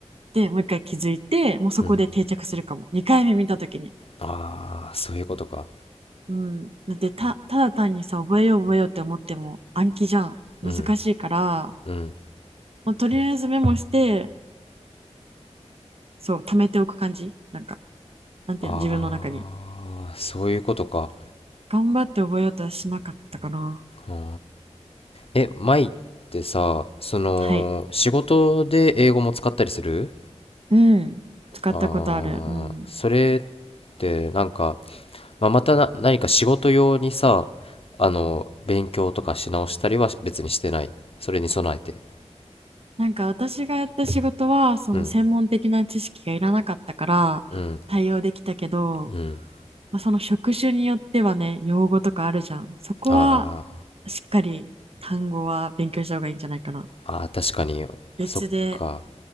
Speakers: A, on the right; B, on the left.
A: ってもう一回気づいて、もうそこで定着するかも。
B: うん。
A: 2回目見た時に。
B: ああ、そういうことか。
A: うん。だってた、ただ単にさ、覚えよう覚えようって思っても暗記じゃん。
B: うん。
A: 難しいから、
B: うん。
A: もうとりあえずメモして、そう、貯めておく感じ。なんか、なんていうの、
B: ああ、
A: 自分の中に。
B: そういうことか。
A: 頑張って覚えようとはしなかったかな。
B: うんえ、舞ってさ、その、
A: はい。
B: 仕事で英語も使ったりする
A: うん、使ったことある。
B: ああー、
A: うん。
B: それって、なんか、まあ、またな何か仕事用にさあの勉強とかし直したりは別にしてないそれに備えて
A: なんか私がやった仕事は、その専門的な知識がいらなかったから対応できたけど、
B: うんうんうん
A: まあ、その職種によってはね、用語とかあるじゃん。そこは
B: あ
A: しっかり単語は勉強した方がいいんじゃないかな。
B: ーあー確かにそっか
A: 別で、